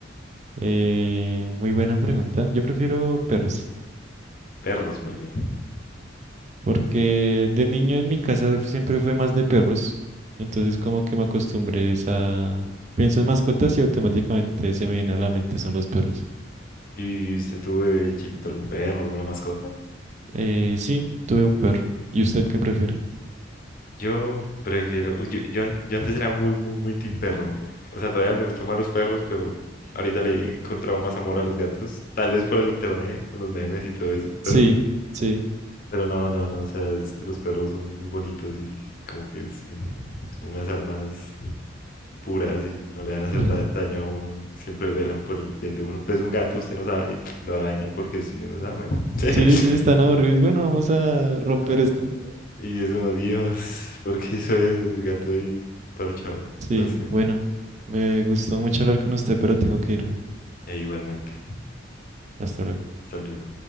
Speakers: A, on the right; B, on the left.
A: Eh, muy buena pregunta. Yo prefiero perros,
B: Perros, porque.
A: porque de niño en mi casa siempre fue más de perros, entonces como que me acostumbré es a... Pienso en mascotas y automáticamente se me viene a la mente son los perros.
B: ¿Y usted tuvo de chiquito algún perro, alguna mascota?
A: Eh, sí, tuve un perro. ¿Y usted qué prefiere?
B: Yo prefiero, yo, yo, an- yo antes era muy, muy, muy team perro. O sea, todavía me gustan más los perros, pero ahorita le he encontrado más amor a los gatos. Tal vez por el internet, con los memes y todo eso, pero,
A: Sí, sí.
B: pero no, no, no. O sea, es que los perros son muy bonitos y como que son, son unas almas puras y no le van a hacer
A: <laughs>
B: da- daño a uno y siempre velan por el bien de uno. Pues un gato, usted no sabe, y lo araña porque si uno sabe, bueno. <laughs>
A: Sí, sí, están aburridos. Bueno, vamos a romper
B: Ah,
A: esto.
B: Y eso, Dios, ¿por qué hizo eso? Y el gato ahí parchado,
A: Sí,
B: no sé.
A: bueno, me gustó mucho hablar con usted, pero tengo que irme.
B: E igualmente.
A: Hasta luego.
B: Hasta luego.